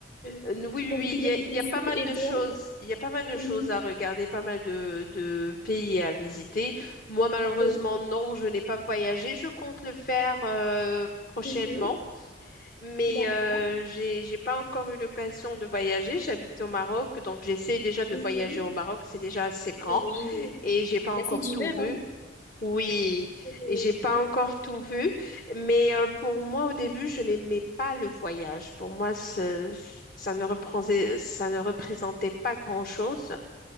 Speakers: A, on the left (about 45°); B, on the left (about 65°).
A: Euh, Oui, oui,
B: On
A: oui,
B: veut toujours
A: il y a, il
B: plus.
A: y a pas mal
B: Et
A: de
B: toi?
A: choses. Il y a pas mal de
B: Mhm.
A: choses à regarder, pas mal de, de pays à visiter. Moi, malheureusement,
B: C'est vrai.
A: non, je n'ai pas voyagé. Je compte le faire euh, prochainement,
B: Mhm.
A: mais
B: D'accord.
A: euh, j'ai, j'ai pas encore eu l'occasion de voyager. J'habite au Maroc, donc j'essaie déjà de
B: Mhm.
A: voyager au Maroc. C'est déjà assez grand
B: Oui,
A: et j'ai pas encore
B: c'est assez divers,
A: tout vu.
B: hein?
A: Oui,
B: Mhm.
A: et j'ai pas encore tout vu, mais euh, pour moi au début, je n'aimais pas le voyage. Pour moi, ce- ça ne représentait, ça ne représentait pas grand-chose.